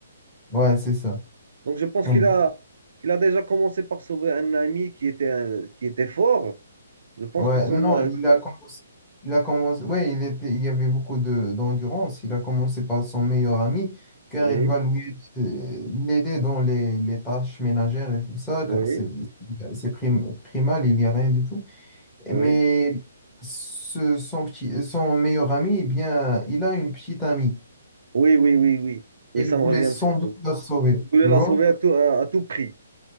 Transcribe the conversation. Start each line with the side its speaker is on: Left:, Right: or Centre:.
Centre: Ouais, c'est ça.
Right: Donc, je pense
Centre: Elle-
Right: qu'il a, qu'il a déjà commencé par sauver un ami qui était, un- qui était fort. Je pense
Centre: Ouais,
Right: que son...
Centre: non,
Right: euh,
Centre: il a commencé, il a commencé, ouais, il était, il y avait beaucoup de, d'endurance. Il a commencé par son meilleur ami, car
Right: Oui,
Centre: il va lui, euh, l'aider dans les, les tâches ménagères et tout ça, car
Right: oui,
Centre: c'est, c'est prim- primal, il n'y a rien du tout.
Right: oui.
Centre: Mais ce- son petit, son meilleur ami, eh bien, il a une petite amie.
Right: Oui, oui, oui, oui. Oui,
Centre: Elle
Right: ça
Centre: voulait
Right: me revient
Centre: sans
Right: un petit
Centre: doute
Right: peu.
Centre: la sauver,
Right: Il voulait
Centre: tu vois?
Right: la sauver à tout, à, à tout prix.